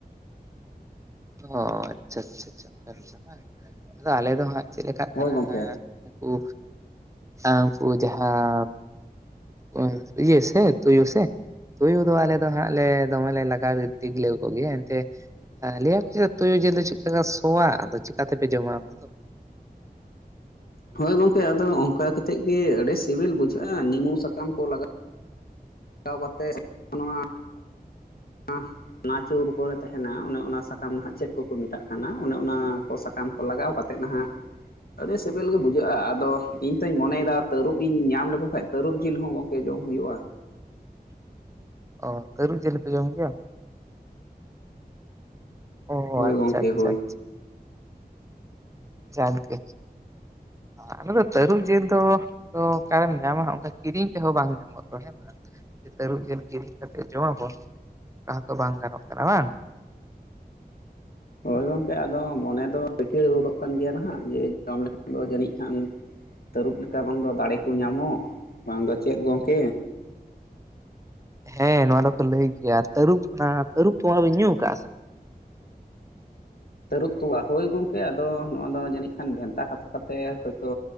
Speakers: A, on the right; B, on the left.
A: ᱚ ᱟᱪᱪᱷᱟ ᱟᱪᱪᱷᱟ ᱟᱷᱟ <inaudible> ᱵᱟᱝ ᱟᱫᱚ ᱟᱞᱮ ᱫᱚ ᱦᱟᱸᱜ ᱪᱮᱫ ᱞᱮᱠᱟᱜ
B: ᱦᱳᱭ
A: ᱠᱟᱱᱟ
B: ᱜᱚᱝᱠᱮ
A: ᱮᱸ ᱩᱱᱠᱩ ᱮᱸ ᱩᱱᱠᱩ ᱡᱟᱦᱟᱸ ᱮᱸ ᱤᱭᱟᱹ ᱥᱮ ᱛᱩᱭᱩ ᱥᱮ ᱛᱩᱭᱩ ᱫᱚ ᱟᱞᱮ ᱫᱚ ᱦᱟᱸᱜ ᱞᱮ ᱫᱚᱢᱮ ᱞᱟᱜᱟ ᱰᱤᱜᱽᱞᱟᱹᱣ ᱠᱚᱜᱮᱭᱟ ᱮᱱᱛᱮ ᱮᱸ ᱞᱟᱹᱭᱟ ᱛᱩᱭᱩ ᱡᱤᱞ ᱫᱚ ᱪᱮᱫ ᱪᱚ ᱥᱚᱣᱟ, ᱟᱫᱚ ᱪᱮᱠᱟᱛᱮᱯᱮ ᱡᱚᱢᱟ ᱚᱱᱟ ᱫᱚ?
B: ᱦᱳᱭ ᱜᱚᱝᱠᱮ ᱟᱫᱚ ᱚᱱᱠᱟ ᱠᱟᱛᱮᱫ ᱜᱮᱤ ᱟᱹᱰᱤ ᱥᱤᱵᱤᱞ ᱵᱩᱡᱷᱟᱹᱜᱼᱟ ᱱᱮᱢᱩ ᱥᱟᱠᱟᱢ ᱠᱚ ᱞᱟᱜᱟ ᱜᱟᱣ ᱠᱟᱛᱮ <inaudible> ᱱᱚᱣᱟ <inaudible> ᱱᱟᱪᱩᱨ ᱠᱚᱨᱮ ᱛᱟᱦᱮᱱᱟ ᱚᱱᱮ ᱚᱱᱟ ᱥᱟᱠᱟᱢ ᱱᱟᱦᱟᱜ ᱪᱮᱫ ᱠᱚᱠᱚ ᱢᱮᱛᱟᱜ ᱠᱟᱱᱟ, ᱚᱱᱮ ᱚᱱᱟ ᱠᱚ ᱥᱟᱠ ᱠᱟᱢ ᱠᱚ ᱞᱟᱜᱟᱣ ᱠᱟᱛᱮᱫ ᱱᱟᱦᱟᱜ ᱟᱹᱰᱤ ᱥᱤᱵᱤᱞ ᱜᱮ ᱵᱩᱡᱷᱟᱹᱜᱼᱟ ᱟᱫᱚ ᱤᱧ ᱛᱚᱧ ᱢᱚᱱᱮᱭᱮᱫᱟ ᱛᱟᱹᱨᱩᱵᱽ ᱤᱧ ᱧᱟᱢ ᱞᱮᱠᱚ ᱠᱷᱟᱡ ᱛᱟᱹᱨᱩᱵᱽ ᱡᱤᱞ ᱦᱚᱸ ᱜᱚᱝᱠᱮ ᱡᱚᱢ ᱦᱩᱭᱩᱜᱼᱟ᱾
A: ᱚ ᱛᱟᱹᱨᱩᱵᱽ ᱡᱤᱞ ᱦᱚᱸ ᱯᱮ ᱡᱚᱢ ᱜᱮᱭᱟ? ᱚ
B: ᱦᱳᱭ
A: ᱟᱪᱪᱷᱟ
B: ᱜᱚᱝᱠᱮ
A: ᱟᱪᱪᱷᱟ
B: ᱦᱳᱭ
A: ᱟᱪᱪᱷᱟ ᱡᱟᱠ ᱜᱮ ᱟᱞᱮ ᱫᱚ ᱛᱟᱹᱨᱩᱵᱽ ᱡᱤᱞ ᱫᱚ ᱚᱠᱟᱨᱮᱢ ᱧᱟᱢᱟ ᱚᱱᱠᱟ ᱠᱤᱨᱤᱧ ᱛᱮᱦᱚᱸ ᱵᱟᱝ ᱧᱟᱢᱟ ᱦᱮᱸ ᱵᱟᱝ ᱛᱟᱹᱨᱩᱵ ᱡᱤᱞ ᱠᱤᱨᱤᱧ ᱠᱟᱛᱮ ᱡᱚᱢᱟ ᱵᱚᱱ ᱚᱱᱠᱟ ᱦᱚᱛᱚ ᱵᱟᱝ ᱜᱟᱱᱚᱜ ᱠᱟᱱᱟ ᱵᱟᱝ᱾
B: ᱦᱳᱭ ᱜᱚᱝᱠᱮ ᱟᱫᱚ ᱢᱚᱱᱮ ᱫᱚ ᱨᱤᱠᱤᱲ ᱜᱚᱫᱚᱜ ᱠᱟᱱ ᱜᱮᱭᱟ ᱱᱟᱦᱟᱜ ᱡᱮ ᱡᱚᱢ ᱞᱮᱠᱷᱟᱱ ᱫᱚ ᱡᱟᱹᱱᱤᱡ ᱠᱷᱟᱱ ᱛᱟᱹᱨᱩᱵᱽ ᱞᱮᱠᱟ ᱵᱟᱝᱫᱚ ᱫᱟᱲᱮ ᱠᱚ ᱧᱟᱢᱚᱜ ᱵᱟᱝ ᱫᱚ ᱪᱮᱫ ᱜᱚᱝᱠᱮ
A: ᱦᱮᱸ ᱱᱚᱣᱟ ᱫᱚᱠᱚ ᱞᱟᱹᱭ ᱜᱮᱭᱟ ᱛᱟᱹᱨᱩᱵᱽ ᱚᱱᱟ ᱛᱟᱹᱨᱩᱵ ᱛᱚᱣᱟ ᱵᱤᱱ ᱧᱩ ᱟᱠᱟᱫᱼᱟ ᱥᱮ?
B: ᱛᱟᱹᱨᱩᱵ ᱛᱚᱣᱟ ᱦᱳᱭ ᱜᱚᱝᱠᱮ ᱟᱫᱚ ᱱᱚᱣᱟ ᱫᱚ ᱡᱟᱹᱱᱤᱡ ᱠᱷᱟᱱ ᱵᱷᱮᱱᱛᱟ ᱠᱟᱛᱷᱟ ᱛᱮ ᱦᱳᱭᱛᱳ